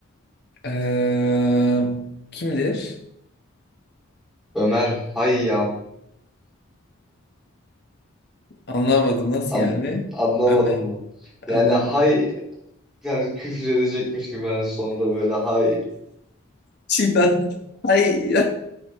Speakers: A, on the left; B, in the centre.
A: ee, kimdir?
B: Ömer Hayyam
A: Anlamadım nasıl
B: An-
A: yani?
B: anlamadın
A: Ömer
B: mı? Yani
A: anlamadım.
B: hay yani küfür edecekmiş gibi ben sonunda böyle hay
A: Şimdi ay